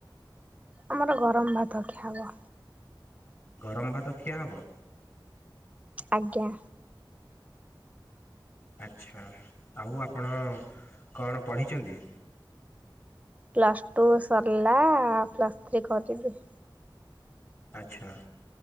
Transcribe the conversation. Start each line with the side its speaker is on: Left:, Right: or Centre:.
Right: ଆମର ଗରମ ଭାତ ଖିଆହବ।
Left: ଗରମ ଭାତ ଖିଆ ହବ?
Right: ଆଜ୍ଞା।
Left: ଆଚ୍ଛା, ଆଉ ଆପଣ କଣ ପଢ଼ିଛନ୍ତି?
Right: ପ୍ଲସ୍ଟୁ ସରିଲା ପ୍ଲସ୍ଥ୍ରୀ କରିବି।
Left: ଆଚ୍ଛା,